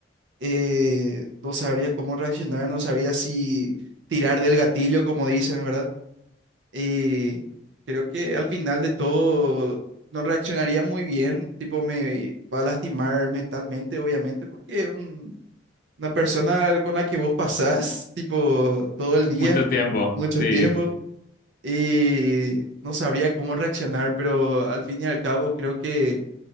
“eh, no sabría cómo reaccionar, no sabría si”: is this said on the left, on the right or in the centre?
Right